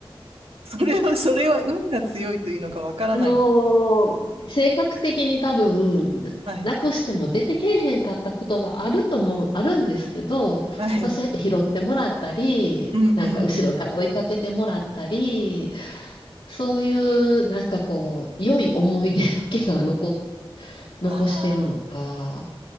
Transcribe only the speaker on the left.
あのー性格的に多分、
なくしても出てけえへんかったことはあると思う、あるんですけど、やっぱそうやって拾ってもらったり、
なんか後ろから追いかけてもらったり、そういう、なんかこう、良い思い出だけが残、<laughs> 残してるのか、